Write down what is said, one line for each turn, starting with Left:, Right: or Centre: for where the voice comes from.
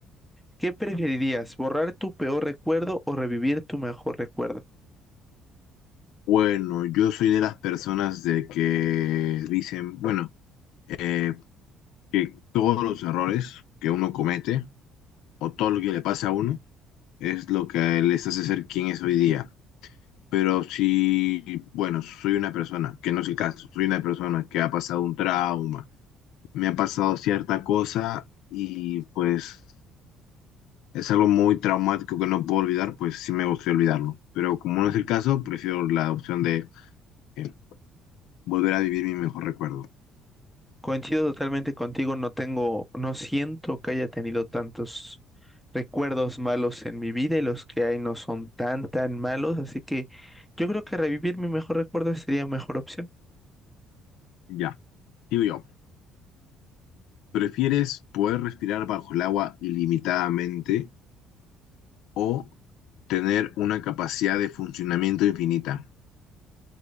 Centre: ¿Qué preferirías, borrar tu peor recuerdo o revivir tu mejor recuerdo?
Left: Bueno, yo soy de las personas de que dicen, bueno, eh, que todos los errores que uno comete o todo lo que le pasa a uno es lo que les hace ser quien es hoy día. Pero si, bueno, soy una persona, que no es el caso, soy una persona que ha pasado un trauma me ha pasado cierta cosa y pues es algo muy traumático que no puedo olvidar, pues sí me gustaría olvidarlo. Pero como no es el caso, prefiero la opción de eh, volver a vivir mi mejor recuerdo.
Centre: Coincido totalmente contigo, no tengo, no siento que haya tenido tantos recuerdos malos en mi vida y los que hay no son tan, tan malos, así que yo creo que revivir mi mejor recuerdo sería mejor opción.
Left: Ya, digo yo, ¿prefieres poder respirar bajo el agua ilimitadamente o tener una capacidad de funcionamiento infinita?